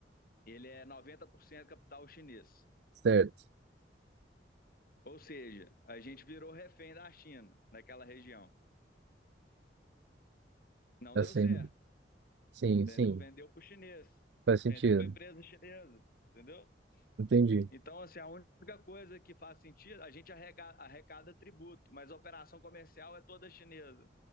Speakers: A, on the left; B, on the right.
A: ele é 90% capital chinês.
B: certo.
A: Ou seja, a gente virou refém da China, naquela região. Não
B: Assim,
A: deu certo,
B: sim,
A: entendeu?
B: sim,
A: Vendeu para o chinês,
B: faz sentido.
A: vendeu para a empresa chinesa, entendeu?
B: Entendi,
A: Então, assim, a única coisa que faz sentido, a gente arrecada, arrecada tributo, mas a operação comercial é toda chinesa.